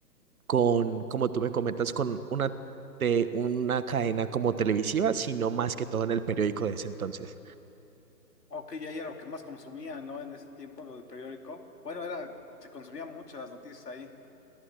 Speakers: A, on the right; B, on the left.
A: con, como tú me comentas, con una, de una cadena como televisiva, sino más que todo en el periódico de ese entonces.
B: Oh, Ok, ya era lo que más consumía, ¿no? En ese tiempo, lo del periódico. Bueno, era, se consumía mucho las noticias ahí.